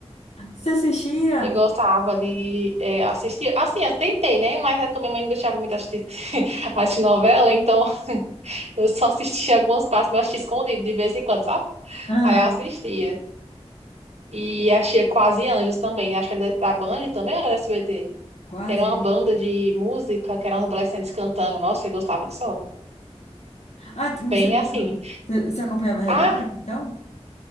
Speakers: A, on the left; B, on the right.
A: Você assistia?
B: Eu gostava de eh, assistir. Assim, eu tentei, né? Mas né, também minha mãe não deixava muito assistir, <laughs> assistir novela, então eu só assistia algumas partes, mas assistia escondido de vez em quando, sabe?
A: Aham.
B: Aí eu assistia. E achei Quase Anjos também. Acho que era da da Band também, ou era da SBT.
A: Quase.
B: Que era uma banda de música, que eram os adolescentes cantando. Nossa, eu gostava que só.
A: Ah, tu- você,
B: Bem
A: você
B: assim.
A: você acompanhava Rebelde,
B: Ah,
A: então?